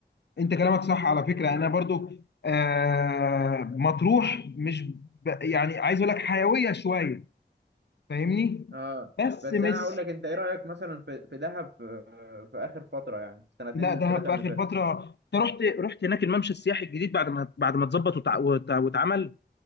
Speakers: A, on the left (about 80°); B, on the right (about 80°).
A: انت كلامك صح على فكره انا برضو آه مطروح مش ب... يعني عايز اقول لك حيويه شويه فاهمني
B: اه
A: بس
B: بس
A: مش
B: انا هقول لك انت ايه رايك مثلا في في دهب في, في اخر فتره يعني السنتين
A: لا دهب
B: الثلاثه
A: في
B: اللي
A: اخر
B: فاتت
A: فتره انت رحت رحت هناك الممشى السياحي الجديد بعد ما بعد ما اتظبط وتع... وت- واتعمل